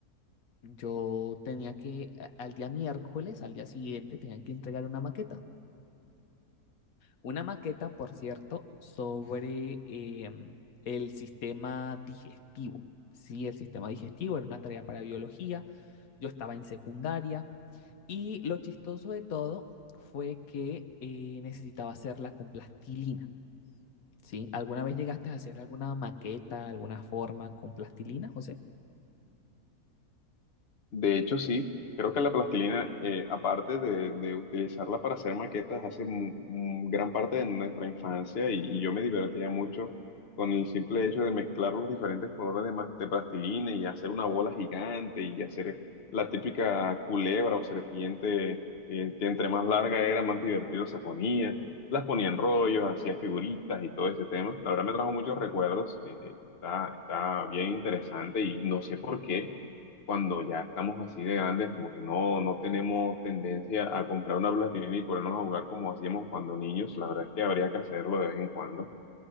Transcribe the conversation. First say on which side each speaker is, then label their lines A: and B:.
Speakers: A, on the left; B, on the left.
A: Yo tenía que, a- al día miércoles, al día siguiente, tenían que entregar una maqueta. Una maqueta, por cierto, sobre em, el sistema digestivo. Sí, el sistema digestivo era una tarea para biología, yo estaba en secundaria y lo chistoso de todo fue que eh, necesitaba hacerla con plastilina. ¿Sí? ¿Alguna vez llegaste a hacer alguna maqueta, alguna forma con plastilina, José?
B: De hecho, sí, creo que la plastilina, eh, aparte de, de utilizarla para hacer maquetas, hace mu- mu- gran parte de nuestra infancia y, y yo me divertía mucho con el simple hecho de mezclar los diferentes colores de, ma- de plastilina y hacer una bola gigante y hacer la típica culebra o serpiente, eh, que entre más larga era, más divertido se ponía. Las ponía en rollos, hacía figuritas y todo ese tema. La verdad me trajo muchos recuerdos, eh, eh, está, está bien interesante y no sé por qué cuando ya estamos así de grandes, como que no, no tenemos tendencia a comprar una plastilina y ponernos a jugar como hacíamos cuando niños. La verdad es que habría que hacerlo de vez en cuando.